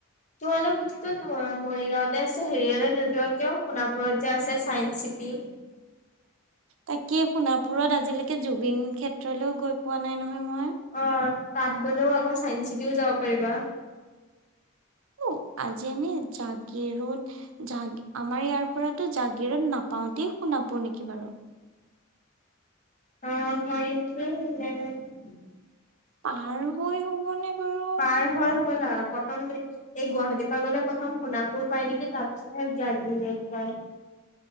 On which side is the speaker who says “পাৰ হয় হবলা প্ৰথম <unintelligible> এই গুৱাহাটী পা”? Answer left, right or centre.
Left